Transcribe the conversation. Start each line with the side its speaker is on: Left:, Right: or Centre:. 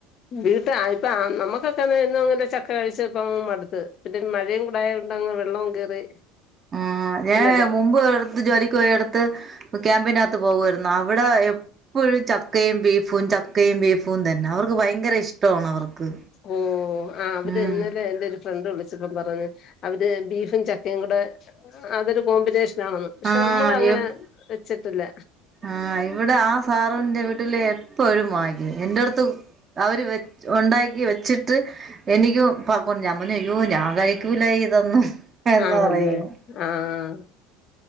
Left: വീട്ടാ ഇപ്പ നമ്മുക്കൊക്കെ എന്നും അങ്ങില്ല ചക്ക കഴിച്ചിപ്പം മടുത്ത് പിന്നെ മഴയും കൂടായൊണ്ടങ്ങ് വെള്ളോം കേറി
Right: ആഹ് ഞാൻ
Left: പിന്നത്
Right: മുമ്പ് എടുത്ത് ജോലിക്ക് പോയ എടുത്ത് ക്യാമ്പിനാത്ത് പോകുവാരുന്നു. അവിടെ എപ്പോഴും ചക്കയും ബീഫും ചക്കയും ബീഫും തന്നെ അവർക്ക് ഭയങ്കര ഇഷ്ട ഇഷ്ടൊണ് അവർക്ക്.
Left: ഓഹ് ആ അവര്
Right: ഉം
Left: ഇന്നലെ എന്റെ ഒരു ഫ്രണ്ട് വിളിച്ചപ്പം പറഞ്ഞ് അവര് ബീഫും ചക്ക കയും കൂടെ അതൊരു കോമ്പിനേഷനാണന്ന്, പക്ഷെ
Right: ആഹ്
Left: നമ്മള് അങ്ങനെ
Right: എപ്
Left: വെച്ചട്ടില്ല.
Right: ആഹ് ഇവിടെ ആ സാറിന്റെ വീട്ടില് എപ്പഴും വാങ്ങിക്കും എന്റെട്ത്ത് അവര് വച്ച് ഉണ്ടാക്കി വെച്ചിട്ട് എനിക്ക് പ കൊ ഞാൻ പറഞ്ഞു അയ്യോ ഞാൻ കഴിക്കൂല്ല ഇതൊന്നും എന്ന്
Left: ആണല്ലെ
Right: പറയും
Left: ആഹ്